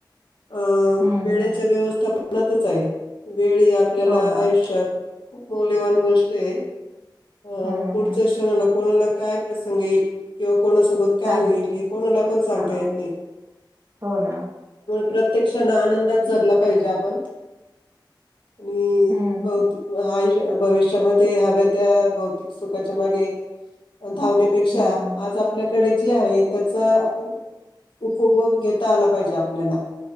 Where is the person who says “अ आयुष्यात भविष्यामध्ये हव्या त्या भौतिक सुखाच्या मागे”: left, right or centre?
Left